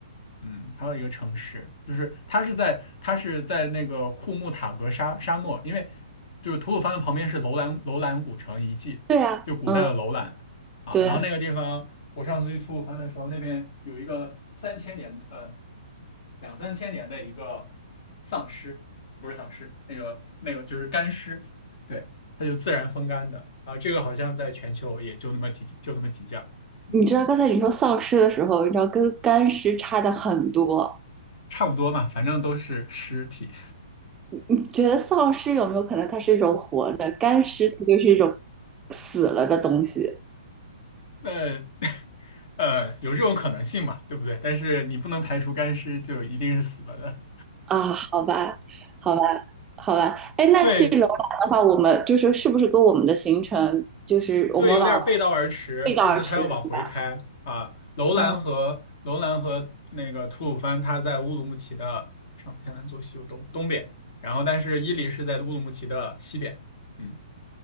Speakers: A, on the left; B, on the right.
A: 嗯还有一个城市，就是它是在它是在那个库木塔格沙沙漠，因为就是吐鲁番的旁边是楼兰楼兰古城遗迹，
B: 对啊，
A: 就古代的楼兰啊，
B: 嗯，对。
A: 然后那个地方我上次去吐鲁番的时候，那边有一个三千年呃两三千年的一个丧尸。不是丧尸，那个那个就是干尸，对，它就自然风干的啊。这个好像在全球也就那么几就那么几件儿，嗯，
B: 你知道刚才你说丧尸的时候，你知道跟干尸差的很多。
A: 差不多嘛，反正都是尸体。
B: 你觉得丧尸有没有可能它是一种活的，干尸它就是一种死了的东西？
A: 那呃，有这种可能性嘛，对不对？但是你不能排除干尸就一定是死了的。
B: 啊，好吧，好吧，好吧。哎，那去楼兰的话，
A: 对
B: 我们就是是不是跟我们的行程，就是我们往
A: 对，有点背道而驰，
B: 背道而驰，
A: 就是他要往回开啊。
B: 对吧？
A: 楼兰和楼兰和那个吐鲁番，
B: 哦，
A: 他在乌鲁木齐的上天南左西右东东边，然后但是伊犁是在乌鲁木齐的西边。嗯。